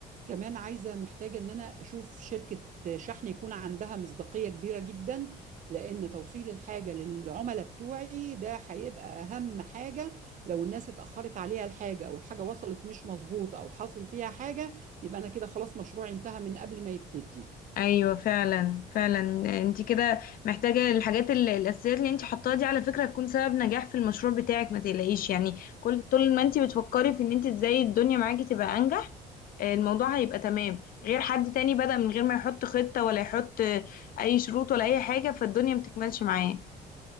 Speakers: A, on the right; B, on the left.
A: كمان عايزة محتاجة ان انا اشوف شركة شحن يكون عندها مصداقية كبيرة جدا لان توصيل الحاجة للعملاء بتوعي ده هيبقى اهم حاجة لو الناس اتأخرت عليها الحاجة او الحاجة وصلت مش مظبوط او حصل فيها حاجة يبقى انا كده خلاص مشروعي انتهى من قبل ما يبتدي
B: ايوه فعلا فعلا انت كده محتاجه الحاجات ال- الاساسيات اللي انت حطاها دي على فكره هتكون سبب نجاح في المشروع بتاعك ما تقلقيش يعني كل طول ما انت بتفكري في ان انت ازاي الدنيا معاكي تبقى انجح آه، الموضوع هيبقى تمام غير حد تاني بدأ من غير ما يحط خطه ولا يحط آه، اي شروط ولا اي حاجه فالدنيا ما بتكملش معاه